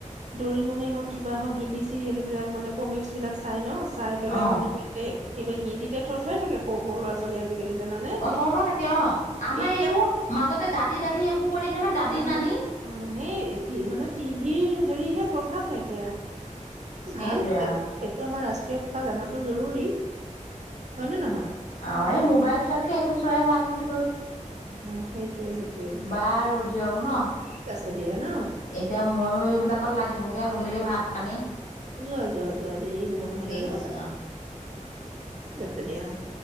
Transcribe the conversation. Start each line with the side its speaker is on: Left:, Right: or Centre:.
Right: ড'ৰিমনে হওক কিবা হওক, হিন্দী চিৰিয়েলবিলাক মানে ক'মিক্স বিলাক চায় ন', চাই পেলাই
Left: অ
Right: মানে সি এ-একেবাৰে হিন্দীতে থও-থওৱাই থাকে সৰু সৰু ল'ৰা-ছোৱালী আজি কালি জানানে?
Left: অ' ওঁঠতে থাকে অ'। আমাৰ
Right: এইবিলাক
Left: এইয়ো মাজতে দাদী, দাদী এইবোৰ কৈ থাকে নহয়, দাদী-নানী।
Right: অ উম, সেই মানে টিভিৰ হেৰিহে প্ৰভাৱহে সেয়া।
Left: সেইটোৱে
Right: ভাল হৈছে
Left: আৰু
Right: <unintelligible> সেইটো আমাৰ ৰাষ্ট্ৰীয় ভাষা জানাতো জৰুৰী। হয় নে নহয়?
Left: অ', এই মোবাইল চোৱাতকে, এইটো চোৱাই ভাল বুলি
Right: অ সেইটোয়ে সেইটোয়ে
Left: বাৰু দিয়ক ন'।
Right: ঠিক আছে দিয়া ন
Left: এতিয়া ময়ো এইবিলাকত লাগিবগৈ হ'লেই, ভাত পানী
Right: যোৱা, যোৱা, যোৱা দেৰি হ'ব নহ'লে
Left: ঠিক
Right: ন'। <unintelligible>
Left: আছে অ
Right: ঠিক আছে দিয়া অ'।